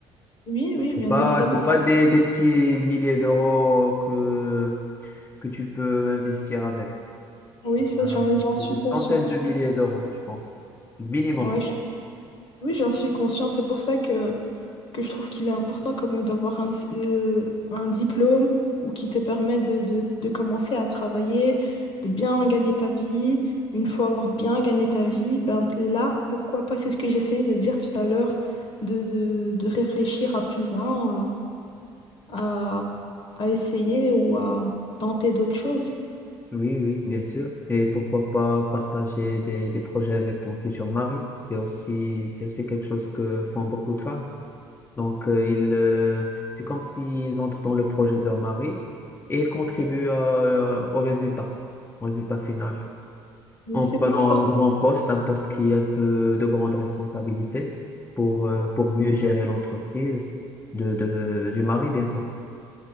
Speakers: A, on the left; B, on the left.
A: Oui, oui,
B: C'est
A: bien
B: pas,
A: évidemment.
B: c'est pas
A: c'est-
B: des, des petits milliers d'euros que, que tu peux investir avec.
A: Oui,
B: Ça,
A: ça, j'en j'en
B: c'est
A: suis
B: des centaines
A: consciente.
B: de
A: j'en-
B: milliers d'euros, je pense. Minimum.
A: ouais, j'en- Oui, j'en suis consciente. C'est pour ça que que je trouve qu'il est important quand même d'avoir un, euh, un diplôme ou qui te permet de, de- de commencer à travailler, de bien gagner ta vie. Une fois avoir bien gagné ta vie, ben là, pourquoi pas, c'est ce que j'essayais de dire tout à l'heure, de, de- de réfléchir à plus loin, à, à à essayer ou à tenter d'autres choses.
B: Oui, oui, bien sûr. Et pourquoi pas partager des, des projets avec ton futur mari? C'est aussi, c'est aussi quelque chose que font beaucoup de femmes. Donc, euh, ils, euh, c'est comme s'ils entrent dans le projet de leur mari et ils contribuent euh, au résultat, au résultat final. En
A: C'est
B: prenant
A: pas forcément...
B: un grand poste, un poste qui est un peu de grande responsabilité pour, euh, pour mieux gérer l'entreprise de, de, du mari, bien sûr.